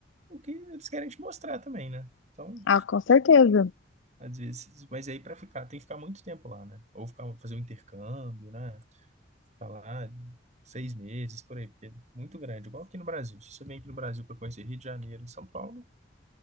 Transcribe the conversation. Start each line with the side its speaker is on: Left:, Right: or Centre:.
Right: o que eles querem te mostrar também, né? Então,
Left: Ah, com certeza.
Right: às vezes, mas aí para ficar, tem que ficar muito tempo lá, né? Ou ficar, fazer um intercâmbio, né? Ficar lá seis meses, por aí, porque é muito grande. Igual aqui no Brasil. Se você vem aqui no Brasil para conhecer Rio de Janeiro e São Paulo,